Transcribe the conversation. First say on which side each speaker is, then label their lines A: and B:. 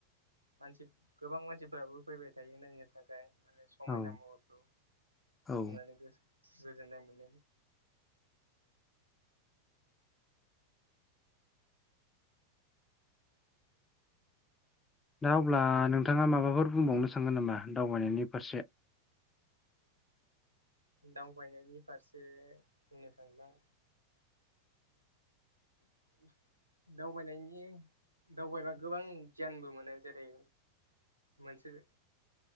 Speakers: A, on the right; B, on the left.
A: मानसि गोबां मानसिफोराबो फैबाय थायो नायनो थाखाय माने समायना
B: औ
A: महरखौ नुनानै
B: औ
A: गोजोननाय मोनो
B: दा अब्ला नोंथाङा माबाफोर बुंबावनो सानगोन नामा दावबायनायनि फारसे?
A: दावबायनायनि फारसे बुंनो थांब्ला <inaudible> दावबायनायनि दावबायबा गोबां गियानबो मोनो जेरै मोनसे